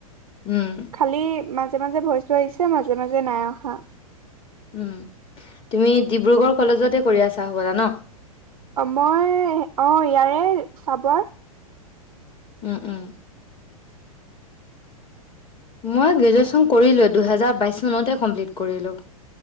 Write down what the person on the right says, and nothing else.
খালি মাজে মাজে ভইছটো আহিছে মাজে মাজে, মাজে নাই অহা।
অ', মই অ', ইয়াৰে চাবৰ